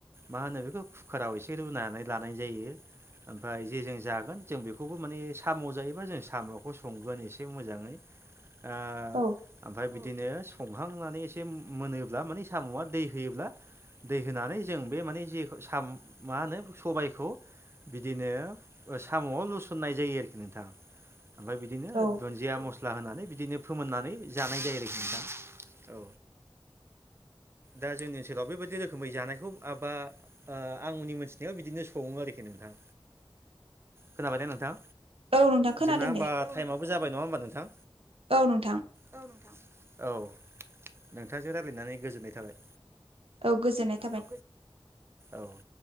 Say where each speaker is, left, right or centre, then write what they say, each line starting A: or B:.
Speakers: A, on the right; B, on the right.
A: मा होनो बेखौ खुकाराव एसे रुनानै लानाय जायो ओमफ्राय जेजों जागोन जों बेखौबो माने सामु जायोबा जों सामुखौ संगोन एसे मोजाङै
B: <inaudible>
A: ओ
B: औ
A: ओमफ्राय बिदिनो संखांनानै एसे मोनोब्ला माने साम'आ दै होयोब्ला दै होनानै जों बे माने जेखौ साम माहोनो सबायखौ बिदिनो साम'आव लुसननाय जायो आरोखि नोंथां ओमफ्राय बिदिनो
B: औ
A: दुन्दिया मस्ला होनानै बिदिनो फोमोननानै जानाय जायो आरोखि नोंथां औ दा जोंनि ओनसोलाव बेबायदि रोखोमै जानायखौ माबा आंनि मोनथिनायाव बिदिनो सङो आरोखि नोंथां खोनाबायना नोंथां
B: औ नोंथां खोनादों
A: जोबना होमबा
B: दे
A: टाइमावबो जाबाय नङा होमबा नोंथां
B: औ नोंथां
A: औ नोंथां औ नोंथांजों रायज्लायनानै गोजोननाय थाबाय
B: औ गोजोनाय
A: औ औ